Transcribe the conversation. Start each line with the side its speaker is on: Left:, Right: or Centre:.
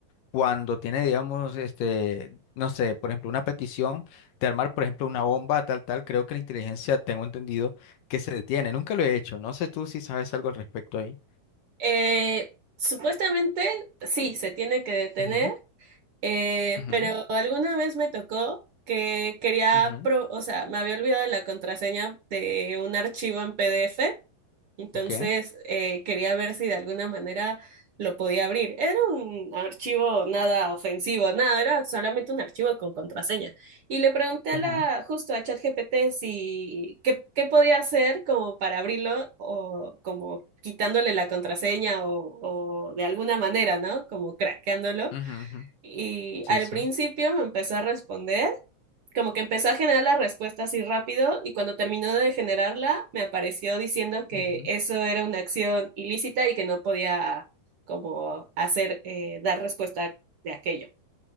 Left: cuando tiene, digamos, este, no sé, por ejemplo, una petición de armar, por ejemplo, una bomba, tal, tal, creo que la inteligencia, tengo entendido, que se detiene. Nunca lo he hecho. No sé tú si sabes algo al respecto ahí.
Right: Eh, supuestamente, sí, se tiene que detener,
Left: Ujú,
Right: eh,
Left: ujú,
Right: pero alguna vez me tocó que quería,
Left: ujú,
Right: pro- o sea, me había olvidado la contraseña de un archivo en PDF Entonces,
Left: Ok.
Right: eh, quería ver si de alguna manera lo podía abrir. Era un archivo nada ofensivo, nada, era solamente un archivo con contraseña. Y le pregunté a
Left: ujú,
Right: la, justo a ChatGPT si qué, qué podía hacer como para abrirlo o como quitándole la contraseña o, o de alguna manera, ¿no? Como craqueándolo.
Left: ujú, ujú,
Right: Y
Left: Sí,
Right: al
Left: sí.
Right: principio me empezó a responder como que empezó a generar la respuesta así rápido y cuando terminó de generarla me apareció diciendo que
Left: ujú,
Right: eso era una acción ilícita y que no podía como hacer, eh, dar respuesta de aquello.